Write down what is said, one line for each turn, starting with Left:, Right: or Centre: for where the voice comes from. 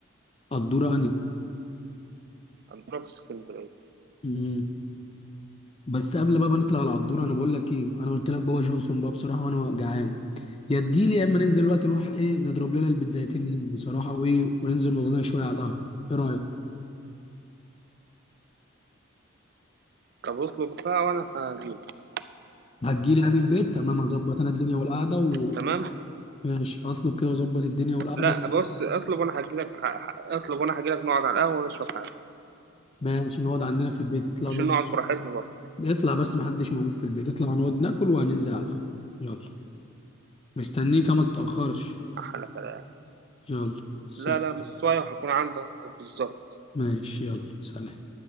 Left: قدوره اني
Right: قدّورة في إسكندرية،
Left: أمم. بس قبل بقى ما نطلع على القدوره انا بقول لك ايه انا قلت لك بابا جونسون بقى بصراحه وانا جعان يا تجيلي يا اما ننزل دلوقتي نروح ايه نضرب لنا البيتزايتين هناك بصراحه وايه وننزل نقعد لنا شويه على القهوه ايه رايك
Right: طَب اطلب بقى وأنا هاجي لك،
Left: هتجيلي يعني البيت تمام هظبط انا الدنيا والقعده و...
Right: تمام؟
Left: ماشي هطلب كده واظبط الدنيا والقعده
Right: لأ بُص، اطلب وأنا هاجي لك ه ه اطلب وأنا هاجي لك نقعد على القهوة ونشرب حاجة.
Left: ماشي نقعد عندنا في البيت نطلع
Right: عشان
Left: نقعد
Right: نقعد براحتنا برضه
Left: نطلع بس محدش موجود في البيت نطلع نقعد ناكل وهننزل على القهوه يلا مستنيك ما تتاخرش
Right: أحلى كلام
Left: يلا سلام
Right: لا لا نصاية وهكون عندك بالضبط.
Left: ماشي يلا سلام